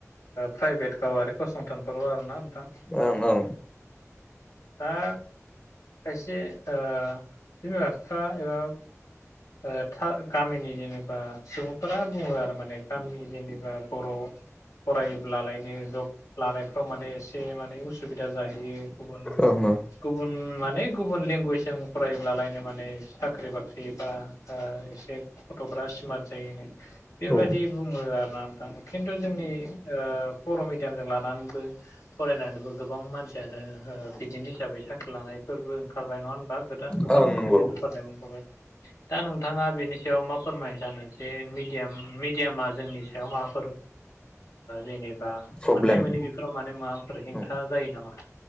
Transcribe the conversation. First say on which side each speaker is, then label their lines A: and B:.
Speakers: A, on the left (about 80°); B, on the left (about 20°).
A: प्राइभेट गावारि फसंथानफोराव आरोना नोंथां
B: ओं ओं
A: दा खायसे ओ बिमा बिफा एबा ओ था गामिनि जेनेबा सुबुंफोरा बुङो आरो माने गामिनि जेनेबा बर' फरायोब्लालायनो जब लानायफ्राव माने एसे माने उसु बिदा जाहैयो गुबुन
B: ओं ओं
A: गुबु न माने गुबुन लेंगुवेजजों फरायब्लालायनो माने साख्रि बाख्रि बा एसे गथ'फ्रा स्मार्ट जायोन बेबायदि
B: औ
A: बुङो आरो ना नोंथां खिन्थु जोंनि ओ बर' मिडियामजों लानानैबो फरायनानैबो गोबां मानसियानो बिदिनो हिसाबै साख्रि लानायफोरबो ओंखारबाय नङा होनबा गो गोबां
B: ओं नंगौ
A: गिदिर गिदिर फरायनायबो ओंखारबाय दा नोंथाङा बेनि सायाव मा फोरमाय जानो जे मिडयाम मिडियामा जोंनि सायाव माफोर जेनेबा
B: प्रब्लेम
A: मोननाय मोनै बेफोराव माने माबाफोर हेंथा
B: औ
A: जायो नामा?